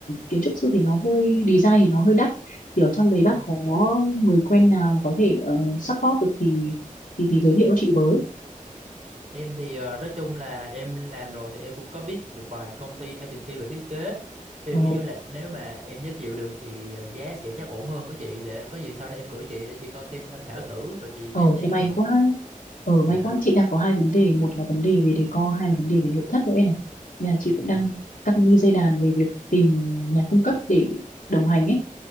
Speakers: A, on the left; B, on the right.
A: kiến trúc sư thì nó hơi design thì nó hơi đắt thì ở trong đấy bác
B: Ừ.
A: có người quen nào mà có thể ờ, support được thì thì thì giới thiệu cho chị với
B: Em thì ờ, nói chung là em làm rồi thì em cũng có biết một vài công ty agency về thiết kế thì
A: Ờ,
B: cứ như là nếu mà em giới thiệu được thì ờ, giá sẽ chắc ổn hơn với chị để có gì sau này em gửi chị để chị coi xem tham khảo thử rồi chị
A: Ờ
B: nhắn tin
A: thế may
B: với họ.
A: quá Ờ may
B: Dạ,
A: quá chị đang có hai vấn đề Một là vấn đề về decor Hai là vấn đề về nội thất nữa này Nhà chị
B: ừ,
A: cũng đang căng như dây đàn Về việc tìm nhà cung cấp để đồng hành ấy